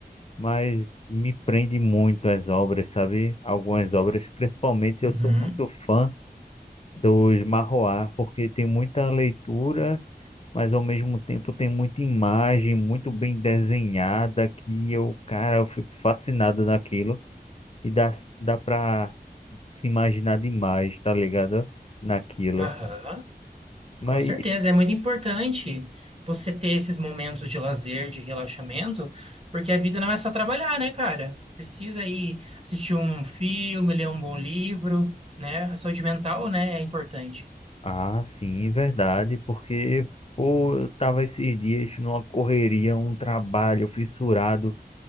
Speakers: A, on the left; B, on the right.
A: mas me prende muito as obras, sabe? Algumas obras, principalmente eu
B: Uhum.
A: sou muito fã dos marroá, porque tem muita leitura, mas ao mesmo tempo tem muita imagem muito bem desenhada que eu, cara, eu fico fascinado naquilo. E dá, dá pra se imaginar demais, tá ligado? Naquilo.
B: Aham.
A: Mas,
B: Com certeza, é muito importante você ter esses momentos de lazer, de relaxamento, porque a vida não é só trabalhar, né, cara? Você precisa ir assistir um filme, ler um bom livro, né? A saúde mental, né, é importante.
A: ah, sim, verdade, porque, pô, eu tava esses dias numa correria, um trabalho fissurado,